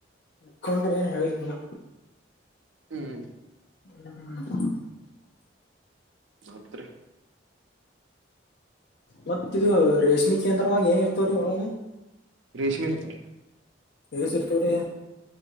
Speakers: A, on the left; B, on the right.
A: ಇಕೊಂಡ್ರೆ ಏನ್ ಹೇಳೇತನ
B: ಹ್ಮ್
A: ಹ್ಮ
B: ಮಾತ್ರ
A: ಮತ್ತ ಇದು ರೇಷ್ಮೆ ಕೇಂದ್ರಾಗ ಏನ್ ಇರ್ತವ್ರೀಾಗ
B: ರೇಷ್ಮಿ ಇರುತ್ರ
A: ಸರ್ಪಡಿ